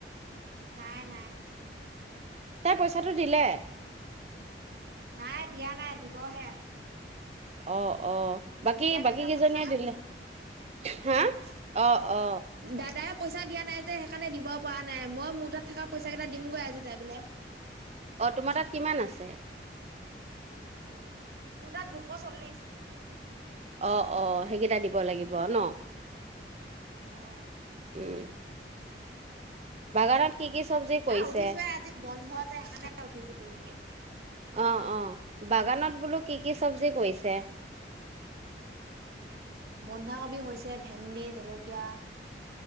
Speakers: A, on the right; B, on the right.
A: নাই, নাই।
B: তাই পইচাটো দিলে।
A: নাই, দিয়া নাই, দিব হে।
B: অ'। অ', বাকী বাকী
A: নাই যে
B: কেইজনীয়ে
A: পইচা
B: দিলে। হে, অ'। অ
A: দাদাই পইচা দিয়া নাই যে হেকানে দিব পৰা নাই, মই মুহাতত থকা পইছা কেতা দিমগৈ আজি যাই পেলাই।
B: অ', তোমাৰ তাত কিমান আছে?
A: মোৰ তাত দুশচলিছ।
B: অ', অ' সেইকিটা দিব লাগিব আউ ন।
A: অ
B: উম। বাগানত কি কি চব্জি কৰিছে
A: এ উঠিচোহে আজি বন্ধযে সেকাণে উঠিছোঁ দেইকে।
B: অ অ বাগানত বুলো কি কি চব্জি কৰিছে?
A: বন্ধাকবি হৈছে ভেণ্ডি, জলকীয়া।